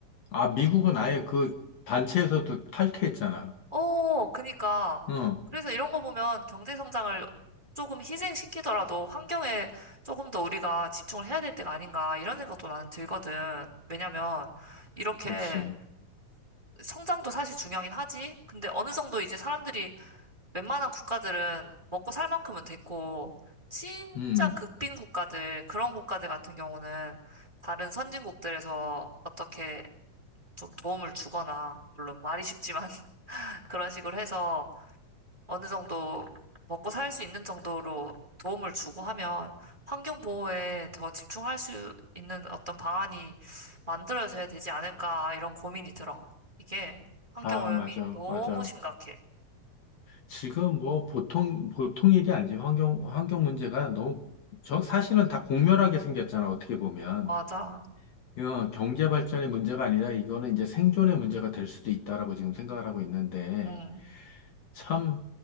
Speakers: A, on the left; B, on the right.
A: 아, 미국은 아예 그 단체에서도 탈퇴했잖아.
B: 어, 그니까.
A: 응,
B: 그래서 이런 거 보면 경제 성장을 조금 희생시키더라도 환경에 조금 더 우리가 집중을 해야 될 때가 아닌가 이런 생각도 나는 들거든. 왜냐면 이렇게
A: 그렇지.
B: 성장도 사실 중요하긴 하지. 근데 어느 정도 이제 사람들이 웬만한 국가들은 먹고 살 만큼은 됐고, 진짜
A: 음,
B: 극빈 국가들, 그런 국가들 같은 경우는 다른 선진국들에서 어떻게 좀 도움을 주거나, 물론 말이 쉽지만 <laughs> 그런 식으로 해서 어느 정도 먹고 살 수 있는 정도로 도움을 주고 하면 환경 보호에 더 집중할 수 있는 어떤 방안이 만들어져야 되지 않을까, 이런 고민이 들어. 이게 환경
A: 아,
B: 오염이
A: 맞아,
B: 너무
A: 맞아.
B: 심각해.
A: 지금 뭐 보통, 보통 일이 아니지. 환경, 환경 문제가 너무, 저 사실은 다 공멸하게 생겼잖아, 어떻게 보면.
B: 맞아.
A: 어, 경제 발전의 문제가 아니라 이거는 이제 생존의 문제가 될 수도 있다라고 지금 생각을 하고 있는데,
B: 응.
A: 참,